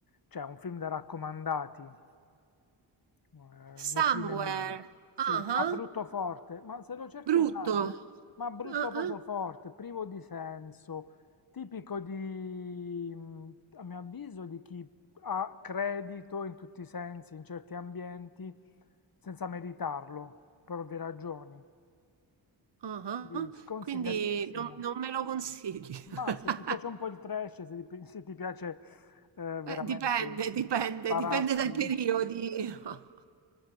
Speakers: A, on the left (about 45°); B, on the right (about 60°).
A: cioè, un film da raccomandati, eh,
B: Somewhere.
A: né più né meno. Sì,
B: Ah,
A: ma
B: ah.
A: brutto forte, ma se lo cerchi
B: Brutto.
A: online, ma brutto
B: Ah,
A: proprio
B: ah,
A: forte, privo di senso, tipico di, mm, a mio avviso, di chi ha credito in tutti i sensi, in certi ambienti, senza meritarlo, per ovvie ragioni.
B: ah,
A: Quindi
B: ah.
A: sconsigliatissimo.
B: Quindi non, non me lo consigli. <laughs>
A: Ma se ti piace un po' il trash, se ti, pi- se ti piace eh, veramente
B: Eh, dipende, dipende,
A: spararti.
B: dipende dai periodi. <laughs>
A: <laughs>